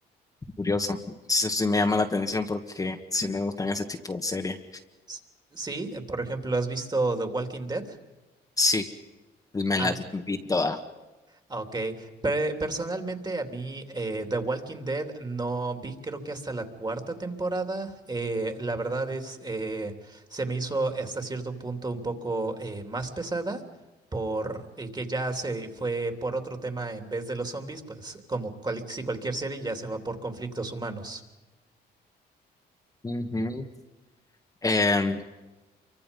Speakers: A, on the left (about 20°); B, on the right (about 25°).
A: curioso. Eso sí me llama la atención porque sí me gustan ese tipo de series.
B: S- Sí, eh, por ejemplo, ¿has visto The Walking Dead?
A: Sí, me
B: Ah,
A: la vi toda.
B: ok. Pe- personalmente a mí eh, The Walking Dead no vi creo que hasta la cuarta temporada. Eh, la verdad es, eh, se me hizo hasta cierto punto un poco eh, más pesada por eh, que ya se fue por otro tema en vez de los zombies, pues como cual- si cualquier serie ya se va por conflictos humanos.
A: Ujú. Em,